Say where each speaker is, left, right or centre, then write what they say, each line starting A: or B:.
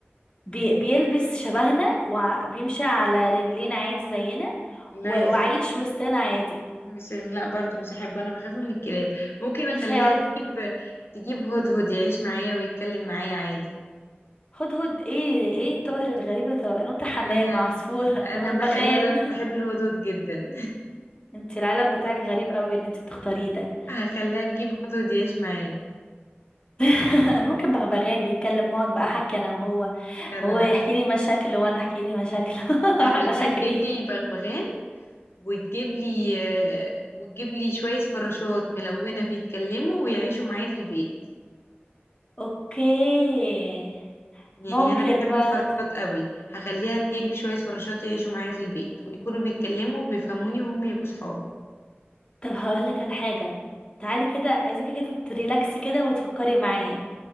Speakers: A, on the left; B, on the left.
A: بي بيلبس شبهنا وبيمشي على رجلين عادي زينا
B: لا
A: و-
B: يا
A: وعايش
B: ستي،
A: وسطنا عادي
B: مش لا برضو مش هحبه انا بخاف من الكلاب ممكن اخليها
A: مش هيقعدك
B: تجيب تجيب هدهد يعيش معايا ويتكلم معايا عادي
A: هدهد ايه ايه الطائر الغريب ده نوتة حمام
B: انا
A: عصفور
B: انا
A: بغبغان
B: بح... لا لا بحب الهدهد جدا
A: <laughs> انت العالم بتاعك غريب قوي اللي انت بتختاريه ده
B: <laughs> هخليها تجيب هدهد يعيش معايا
A: <laughs> انا ممكن بغبغان بيتكلم اقعد بقى احكي انا وهو
B: لا لا
A: وهو
B: لا
A: يحكي لي مشاكله وانا احكي لي مشاكله <laughs>
B: هخليها
A: مشاكلي
B: تجيب لي بغبغان وتجيب لي آه، وتجيب لي شوية فراشات ملونة بيتكلموا ويعيشوا معايا في البيت
A: اوكي
B: يعني
A: ممكن
B: انا
A: برضه
B: بحب الفراشات قوي هخليها تجيب لي شويه فراشات يعيشوا معايا في البيت ويكونوا بيتكلموا وبيفهموني وهم يبقوا صحابي
A: طب هقول لك على حاجه تعالي كده عايزاكي كده تريلاكسي كده وتفكري معايا